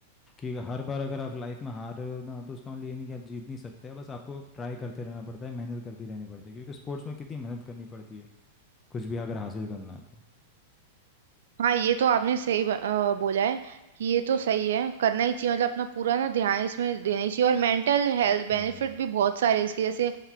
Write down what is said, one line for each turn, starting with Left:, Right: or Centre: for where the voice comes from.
Left: कि हर बार अगर आप लाइफ में हार रहे हो ना तो उसका मतलब ये नहीं कि आप जीत नहीं सकते बस आपको ट्राई करते रहना पड़ता है मेहनत करती रहनी पड़ती है क्योंकि स्पोर्ट्स में कितनी मेहनत करनी पड़ती है कुछ भी अगर हासिल करना है तो
Right: हाँ ये तो आपने सही ब- अ, बोला है कि ये तो सही है करना ही चाहिए मतलब अपना पूरा ना ध्यान इसमें देना ही चाहिए और मेंटल हेल्थ बेनिफिट
Left: हम्म
Right: भी बहुत सारे हैं इसके जैसे